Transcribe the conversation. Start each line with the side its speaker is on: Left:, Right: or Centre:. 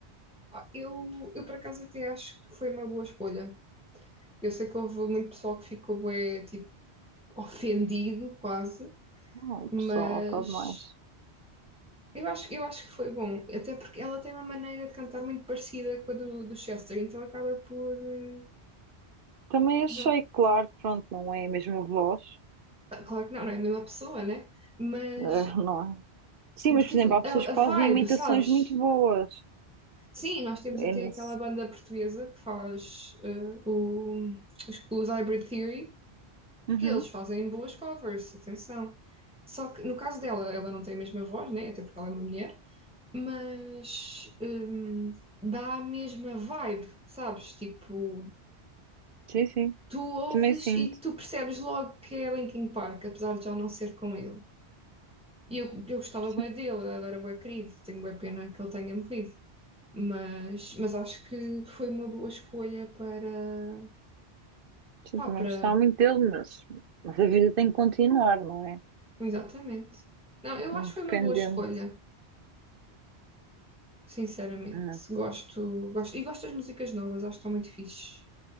Centre: Pá, Eu, eu por acaso até acho que foi uma boa escolha. Eu sei que houve muito pessoal que ficou bué, tipo ofendido quase,
Right: Não, pessoal,
Centre: mas
Right: está demais.
Centre: eu acho, eu acho que foi bom, até porque ela tem uma maneira de cantar muito parecida com a do, do Chester, então acaba por. eh,
Right: Também achei,
Centre: Não,
Right: claro, que pronto, não é a mesma voz.
Centre: ah, claro que não, não é a mesma pessoa, né? Mas,
Right: Eh, não é? Sim, mas,
Centre: tipo,
Right: por exemplo, há pessoas
Centre: a,
Right: que
Centre: a vibe,
Right: fazem imitações
Centre: sabes?
Right: muito boas.
Centre: Sim, nós temos
Right: É
Centre: até
Right: nisso.
Centre: aquela banda portuguesa que faz eh, o, os, os Hybrid Theory,
Right: Uhum.
Centre: que eles fazem boas covers, atenção. Só que no caso dela, ela não tem a mesma voz, né? Até porque ela é uma mulher. mas hum, dá a mesma vibe, sabes? Tipo,
Right: Sim, sim.
Centre: tu ouves
Right: Também sinto.
Centre: e tu percebes logo que é Linkin Park, apesar de já não ser com ele. E eu, eu gostava
Right: Sim,
Centre: bué dele, ele era bué querido, tenho bué pena que ele tenha morrido. Mas, mas acho que foi uma boa escolha para,
Right: sim,
Centre: pá,
Right: também
Centre: para,
Right: gostava muito dele, mas, mas a vida tem que continuar, não é?
Centre: exatamente. Não, eu acho
Right: Independente.
Centre: que foi uma boa escolha, sinceramente.
Right: Ah,
Centre: Gosto, gosto, e gosto das músicas novas, acho que estão muito fixe.